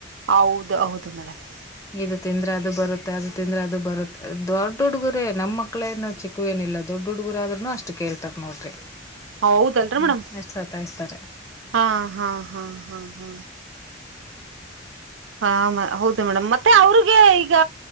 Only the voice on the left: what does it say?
ಇದು ತಿಂದ್ರೆ ಅದು ಬರುತ್ತೆ ಅದು ತಿಂದ್ರೆ ಅದು ಬರುತ್ತೆ ದೊಡ್ಡ ಹುಡ್ಗುರೇ ನಮ್ಮ ಮಕ್ಳೇ ಇನ್ ಚಿಕ್ಕ ಏನಿಲ್ಲ ದೊಡ್ ಹುಡುಗುರಾದ್ರಾನೂ ಅಷ್ಟೇ ಕೇಳ್ತಾರ ನೋಡ್ರಿ
ಹ್ಮ
ಅಷ್ಟ ಸತ್ತಾಯಿಸ್ತಾರೆ.